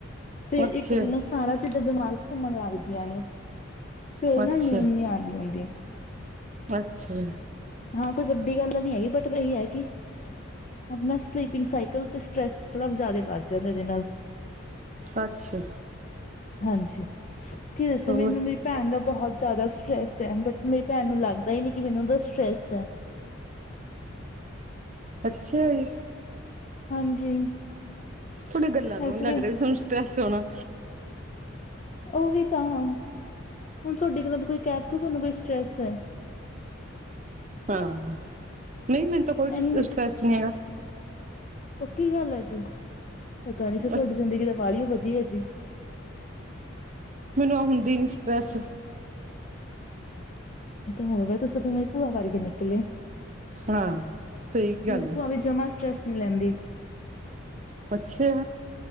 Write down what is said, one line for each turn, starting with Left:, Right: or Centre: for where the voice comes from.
Left: ਫਿਰ
Right: ਅੱਛਾ
Left: ਇੱਕ ਦਿਨ ਸਾਰਾ ਚੀਜ਼ਾਂ ਦਿਮਾਗ 'ਚ ਘੁੰਮਣ ਲੱਗਦੀਆਂ ਨੇ ਫਿਰ ਉਹ
Right: ਅੱਛਾ
Left: ਨਾ ਨੀਂਦ ਨੀ ਆਉਂਦੀ ਹੁੰਦੀ
Right: ਅੱਛਾ ਜੀ
Left: ਹਾਂ ਕੋਈ ਵੱਡੀ ਗੱਲ ਨਹੀਂ ਹੈਗੀ ਬਟ ਵਹੀ ਹੈ ਕਿ ਆਪਣਾ ਸਲੀਪਿੰਗ ਸਾਈਕਲ ਤੇ ਸਟਰੈਸ ਥੋੜ੍ਹਾ ਜ਼ਿਆਦਾ ਵੱਧ ਜਾਂਦਾ ਇਹਦੇ ਨਾਲ
Right: ਅੱਛਾ
Left: ਹਾਂਜੀ ਕੀ ਦੱਸਾ
Right: ਹੋਰ
Left: ਮੈਨੂੰ ਮੇਰੀ ਭੈਣ ਦਾ ਬਹੁਤ ਜ਼ਿਆਦਾ ਸਟਰੈੱਸ ਹੈ ਬਟ ਮੇਰੀ ਭੈਣ ਨੂੰ ਲੱਗਦਾ ਹੀ ਨਹੀਂ ਕਿ ਮੈਨੂੰ ਉਹਦਾ ਸਟਰੈੱਸ ਹੈ
Right: ਅੱਛਾ ਜੀ
Left: ਹਾਂਜੀ
Right: ਤੁਹਾਡੀ ਗੱਲਾਂ ਤੋਂ
Left: ਐਕਚੁਲੀ
Right: ਨੀ ਲੱਗ ਰਿਹਾ ਤੁਹਾਨੂੰ ਸਟਰੈਸ ਹੇਣਾ
Left: ਉਹੀ ਤਾਂ ਹਾਂ ਹੁਣ ਤੁਹਾਡੇ ਗੱਲਾਂ ਤੋਂ ਕੋਈ ਕਹਿਦ ਕੇ ਤੁਾਨੂੰ ਕੋਈ ਸਟਰ੍ਰੈਸ ਹੈ
Right: ਹਮ ਨਹੀਂ ਮੈਨੂੰ ਤਾਂ ਕੋਈ
Left: ਐਵੇਂ
Right: ਸਟਰੈ੍ਸ ਨਹੀਂ ਹੈਗਾ
Left: ਪੱਕੀ ਗੱਲ ਹੈ ਜੀ ਪਤਾ
Right: ਹੈਗਾ
Left: ਨੀ ਫਿਰ ਤੁਹਾਡੀ ਜ਼ਿੰਦਗੀ ਦਾ ਬਾਲਿਓ ਵਧੀਆ ਜੀ।
Right: ਮੈਨੂੰ ਆ ਹੁੰਦੀ ਨੀ ਸਟਰੈਸ
Left: ਇਹ ਤਾਂ ਹੋਰ ਤੁਸੀ ਫੇਰ ਮੇਰੀ ਭੂਆ ਵਰਗੇ ਨਿਕਲੇ
Right: ਹਾਂ ਸਹੀ ਗੱਲ
Left: ਮੇਰੀ
Right: ਆ
Left: ਭੂਆ ਵੀ ਜਮਾ ਸਟਰ੍ਰੈਸ ਨੀ ਲੈਂਦੀ
Right: ਅੱਛਾ।